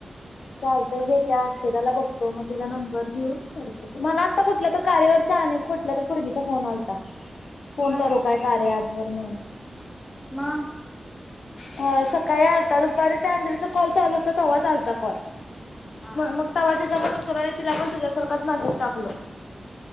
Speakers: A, on the left (about 75°); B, on the left (about 15°).
A: चालतय घेत्या अक्षदा ला बघतो. तो मग तेच नंबर घेऊन करतो. ग. मला पण कुठल्या तर कार्यावरच्या. आणि कुठल्या तर पुरगीचा फोन आलता. फोन
B: होय
A: करू काय कार्या ॲपवर मधून.
B: मग
A: हा सकाळी. सकाळी अंधार आलेला. कॉल चालू होता तेव्हा आलता कॉल.
B: हा
A: मग तवा तिचा पण एक. तिला पण तुझ्यासारख मसेज टाकलो.